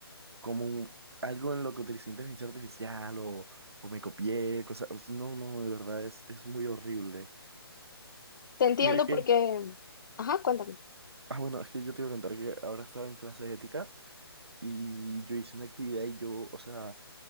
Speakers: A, on the right; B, on the left.
A: como un- algo en lo que utilicé inteligencia artificial o, o me copié, cosas. o sea, No, no, de verdad es, es muy horrible.
B: te entiendo
A: Mira que,
B: porque... Ajá, cuéntame.
A: ah, bueno, es que yo te iba a contar que ahora estaba en clase de ética y yo hice una actividad y yo, o sea,